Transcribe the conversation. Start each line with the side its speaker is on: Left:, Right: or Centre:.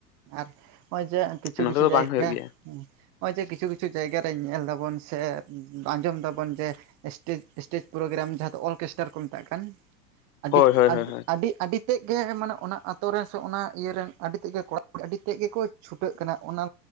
Right: ᱟᱨ ᱦᱚᱜᱼᱚᱭ ᱡᱮ ᱠᱤᱪᱷᱩ
Left: ᱱᱚᱛᱮ
Right: ᱠᱤᱪᱷᱩ
Left: ᱫᱚ
Right: ᱡᱟᱭᱜᱟᱼᱼ
Left: ᱵᱟᱝ ᱦᱩᱭᱩᱜ ᱜᱮᱭᱟ
Right: ᱦᱮᱸ ᱦᱚᱜᱼᱚᱭ ᱡᱮ ᱠᱤᱪᱷᱩ ᱠᱤᱪᱷᱩ ᱡᱟᱭᱜᱟ ᱨᱮ ᱧᱮᱞ ᱫᱟᱵᱚᱱ ᱥᱮ ᱟᱸᱡᱚᱢ ᱫᱟᱵᱚᱱ ᱡᱮ ᱼᱼ ᱥᱴᱮᱡ ᱥᱴᱮᱡ ᱯᱨᱳᱜᱨᱟᱢ ᱡᱟᱦᱟᱸ ᱫᱚ ᱚᱨᱜᱮᱥᱴᱟᱨ ᱠᱚ ᱢᱮᱛᱟᱜ ᱠᱟᱱᱼᱼ ᱟᱹᱰᱤ
Left: ᱦᱳᱭ ᱦᱳᱭ ᱦᱳᱭ ᱦᱳᱭ
Right: ᱟᱹᱰᱤ ᱟᱹᱰᱤ ᱛᱮᱫ ᱜᱮ ᱢᱟᱱᱮ ᱚᱱᱟ ᱟᱛᱳ ᱨᱮᱱ ᱥᱮ ᱚᱱᱟ ᱤᱭᱟᱹ ᱨᱮᱱ ᱟᱹᱰᱤᱼᱼ ᱚᱱᱟᱛᱮ ᱠᱚᱲᱟ ᱠᱩᱲᱤ ᱟᱹᱰᱤ ᱛᱮᱫ ᱜᱮᱠᱚ ᱪᱷᱩᱴᱟᱹᱜ ᱠᱟᱱᱟ ᱚᱱᱟᱼᱼ